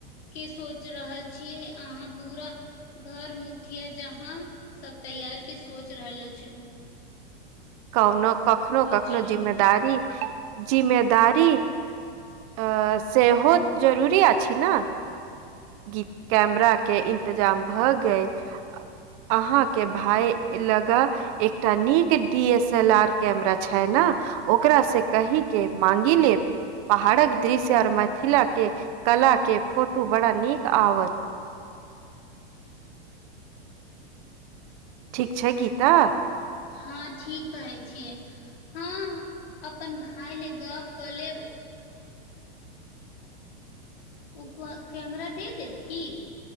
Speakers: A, on the left; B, on the right.
A: के सोच रहल छियै अहाँ पूरा घर मुखिया जहाँ सब तैयार के सोच रहलो छै
B: कनो कखनो
A: सोचि
B: कखनो
A: लेलु
B: जिम्मेदारी जिम्मेदारी अ सेहो जरूरी अछि ने गी कैमरा के इन्तजाम भऽ गेल अहाँ के भाय लगा एकटा नीक D S L R camera छै ने ओकरा से कहि के माँगी लेब पहाड़क दृश्य और मिथिला के कला के फोटो बड़ा नीक आवत ठीक छै गीता
A: हँ ठीक कहै छियै हँ अपन भाय ले गप कऽ लेब ओ कैमरा दे देत की